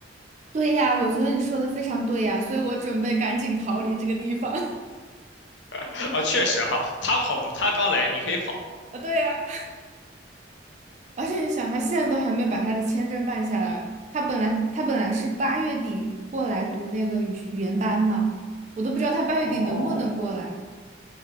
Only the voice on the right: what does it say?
对呀，我觉得你说的非常对呀，所以我准备赶紧逃离这个地方。<laughs>
啊，对呀。而且你想，他现在都还没有把他的签证办下来。他本来他本来是八月底过来读那个语语言班嘛，我都不知道他八月底能不能过来。